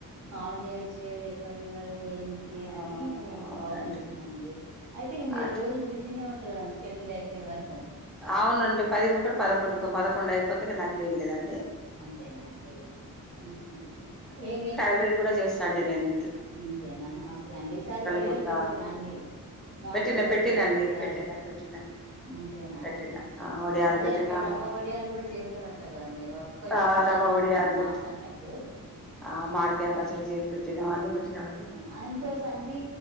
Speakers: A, on the right; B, in the centre.
A: కాల్ చేయట్లేదు ఎక్కడ ఉన్నారో ఏంటి
B: ఆ
A: అని నేను
B: అవునండి
A: కాల్ చేసినండి అయితే ఇక మీరు
B: అట్
A: రోజు బిజీనే ఉంటారు కదండి పెళ్ళిళ్ళి అయిపోయే వరకు
B: అవునండి పదికొక్కటి పదకొండు పదకొండు అయిపోతే నాకేం లేదండి
A: అంతేనా అండి ఊహు ఏవి
B: మీరు కూడా చేస్ సండే నేడి
A: అంతేనా ఓకే అండి ఈ సారి ఒడియాల్
B: కుడతా
A: బట్టరా అండి మోడ్కె
B: పెట్టిన
A: పచ్చడా
B: పెట్టినండి
A: ఒడియాలు
B: పెట్టినా పెట్టినా
A: అంతేనా
B: పెట్టినా ఆ వడియాలు
A: అదే
B: పెట్టినా
A: అండి రవ్వ వడియాలు కూడా చేస్తారంటారు కదా మీరు పోయినా
B: ఆ
A: సార్
B: రవ్వ వడియాలు
A: అన్నారు
B: పెట్టినా
A: మాట్లాడిన ఎప్పుడు
B: ఆ మామిడికాయ పచ్చడి చే పెట్టినామడి పెట్టినామండి
A: ఆ ఇంకోస అండి